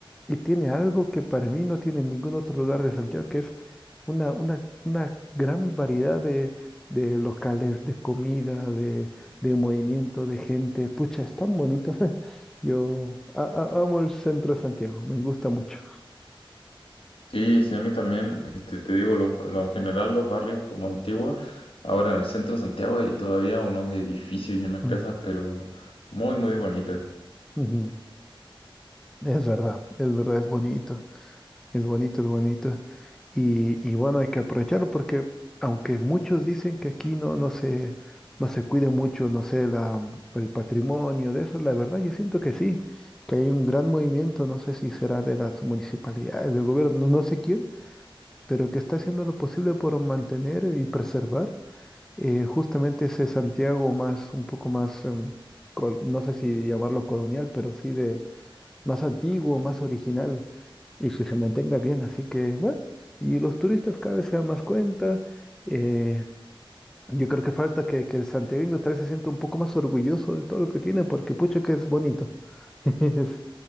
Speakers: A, in the centre; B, on the left.
A: Y tiene algo que para mí no tiene en ningún otro lugar de Santiago, que es una, una, una gran variedad de, de locales, de comida, de, de movimiento, de gente. Pucha, es tan bonito. <laughs> Yo a- a- amo el centro de Santiago, me gusta mucho.
B: Sí, sí, a mí también, este, te digo, los, los- en general los barrios como Antigua, ahora en el centro de Santiago hay todavía unos edificios y unas
A: Ujú,
B: casas, pero muy, muy bonitas.
A: ujú. Es verdad, es verdad, es bonito. Es bonito, es bonito. Y, y bueno, hay que aprovecharlo porque aunque muchos dicen que aquí no, no se, no se cuide mucho, no sé, la, el patrimonio de eso, la verdad yo siento que sí, que hay un gran movimiento, no sé si será de las municipalidades, del gobierno, no no sé quién, pero que está haciendo lo posible por mantener y preservar eh, justamente ese Santiago más, un poco más, em, col- no sé si llamarlo colonial, pero sí de más antiguo, más original y que se mantenga bien. Así que, bueno, y los turistas cada vez se dan más cuenta. eh, yo creo que falta que, que el santiaguino tal vez se sienta un poco más orgulloso de todo lo que tiene, porque pucha que es bonito. <laughs>